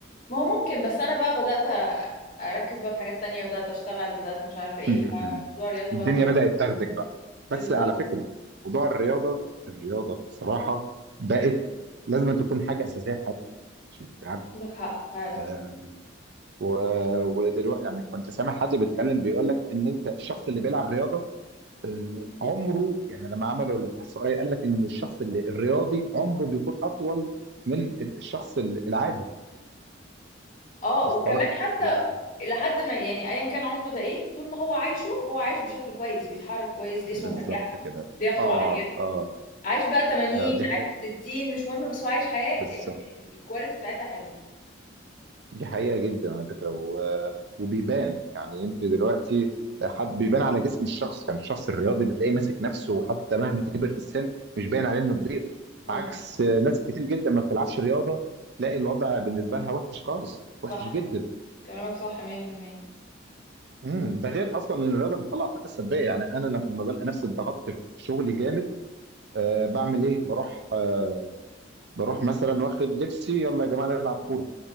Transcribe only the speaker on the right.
م-م.
الدنيا
بدأت تاخدك بقى بس
على فكرة موضوع الرياضة الرياضة بصراحة بقت لازم أن تكون حاجة أساسية في حياتنا عشان تبقى عارف
آه و... ودلوقتي يعني كنت سامع حد بيتكلم بيقول لك إن أنت الشخص اللي بيلعب رياضة آه عمره يعني لما عملوا الإحصائية قال لك إن الشخص اللي الرياضي عمره بيكون أطول من الشخص العادي
وصلت
لك
آه
بالظبط
كده
آه
آه
آه، دي حقيقة
بالظبط
دي حقيقة جدا على فكرة و... وبيبان يعني انت دلوقتي حد بيبان على جسم الشخص يعني الشخص الرياضي بتلاقيه ماسك نفسه حتى مهما كبر في السن مش باين عليه انه كبير
عكس ناس كتير جدا ما بتلعبش رياضة تلاقي الوضع بالنسبة لها وحش خالص
وحش جدا
امم ده غير اصلا ان الرياضة بتطلع الطاقة السلبية يعني انا لما بلاقي نفسي اتضغطت في شغلي جامد أه بعمل ايه بروح أه بروح مثلا واخد لبسي يلا يا جماعة نلعب كورة